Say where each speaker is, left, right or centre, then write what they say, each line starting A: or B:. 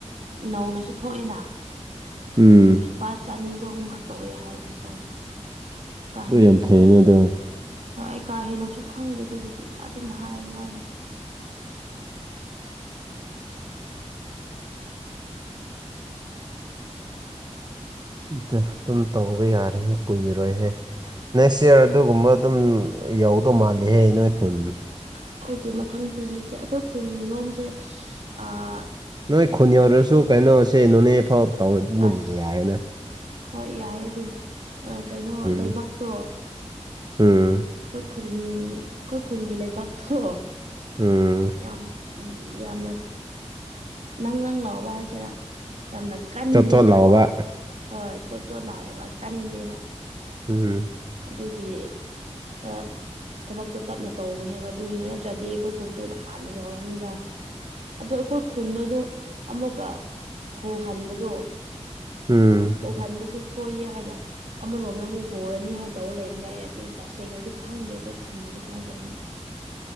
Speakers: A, on the right; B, on the right.
A: ꯅꯧꯅꯁꯨ ꯊꯣꯛꯑꯦꯅ
B: ꯎꯝ
A: ꯑꯗꯨꯒꯤ꯫ ꯂꯨꯄꯥ ꯆꯅꯤ ꯆꯍꯨꯝꯈꯛ ꯇꯧꯋꯦ ꯍꯥꯏꯕꯒꯨꯝꯕ ꯇꯧꯕꯅꯦꯕ ꯑꯗꯨ ꯀꯥ ꯍꯦꯟꯅꯗꯤ
B: ꯌꯥꯝ ꯐꯩꯅ
A: ꯈꯪꯗꯦ꯫
B: ꯑꯗꯣ
A: ꯍꯣꯏ ꯑꯩ ꯀꯥ ꯍꯦꯟꯅꯁꯨ ꯈꯪꯗꯦ ꯑꯗꯨꯕꯨꯗꯤ ꯑꯗꯨꯝ ꯍꯥꯏꯕ ꯋꯥꯅꯤ
B: ꯑꯗꯨꯝ ꯇꯧꯕ ꯌꯥꯔꯦꯍꯦ ꯀꯨꯏꯔꯣꯏꯍꯦ꯫ ꯅꯦꯛꯁ ꯏꯌꯥꯔ ꯑꯗꯨꯒꯨꯝꯕ ꯑꯗꯨꯝ ꯌꯧꯗꯧ ꯃꯥꯜꯂꯤꯍꯦ ꯅꯣꯏ ꯈꯨꯟ꯫
A: ꯑꯩꯈꯣꯏꯒꯤ ꯃꯊꯪ ꯆꯍꯤꯁꯦ ꯑꯩꯈꯣꯏ ꯈꯨꯟꯂꯣꯝꯁꯦ ꯑꯥ
B: ꯅꯣꯏ ꯈꯨꯟ ꯌꯧꯗꯔꯁꯨ ꯀꯩꯅꯣꯁꯦ ꯅꯣꯅꯦꯐꯥꯎ ꯇꯧꯔꯗꯤ ꯑꯗꯨꯝ
A: ꯑꯁ
B: ꯌꯥꯔꯦꯅ꯫
A: ꯍꯣꯏ ꯌꯥꯏ ꯑꯗꯨ ꯀꯩꯅꯣ
B: ꯎꯝ
A: ꯂꯩꯕꯥꯛꯇꯣ꯫
B: ꯎꯝ꯫
A: ꯑꯩꯈꯣꯏ ꯈꯨꯟ ꯑꯩꯈꯣꯏ ꯈꯨꯟꯒꯤ ꯂꯩꯕꯥꯛꯇꯣ꯫
B: ꯎꯝ꯫
A: ꯌꯥꯝ ꯌꯥꯝꯅ ꯅꯪ ꯅꯪ ꯂꯥꯎꯕ ꯍꯥꯏꯁꯤꯔꯥ꯫ ꯌꯥꯝꯅ ꯀꯟꯗꯦꯕꯀꯣ
B: ꯆꯣꯠ ꯆꯣꯠ ꯂꯥꯎꯕ
A: ꯍꯣꯏ ꯆꯣꯠ ꯆꯣꯠ ꯂꯥꯎꯑꯦꯕ ꯀꯟꯗꯦꯕ
B: ꯎꯝ
A: ꯑꯗꯨꯒꯤ ꯈꯔ ꯊꯕꯛꯇꯣ ꯇꯞꯅ ꯇꯧꯕꯅꯦꯕ ꯑꯗꯨꯒꯤꯅꯦ ꯅꯠꯇ꯭ꯔꯗꯤ ꯑꯩꯈꯣꯏ ꯀꯨꯟ ꯁꯨ ꯅꯍꯥꯟꯅ ꯌꯧꯔꯛꯑꯅꯤ ꯗ ꯑꯗꯣ ꯑꯩꯈꯣꯏ ꯈꯨꯟꯗꯗꯣ ꯑꯃꯨꯛꯀ ꯍꯣꯍꯟꯕꯗꯣ
B: ꯎꯝ
A: ꯑꯣꯍꯟꯕꯁꯨ ꯁꯣꯏꯌꯦ ꯍꯥꯏꯅ ꯑꯃꯔꯣꯝꯗ ꯑꯃꯨꯛ ꯍꯣꯔꯅꯤ ꯍꯥꯏꯅ ꯇꯧꯔ ꯂꯩꯕꯅꯤ ꯑꯩ ꯑꯗꯨ ꯇꯁꯦꯡꯅꯗꯤ ꯈꯪꯗꯦ ꯑꯩꯈꯣꯏ ꯈꯨꯟꯒꯤꯁꯦ ꯀꯃꯥꯏꯅ ꯇꯧꯕꯅꯣ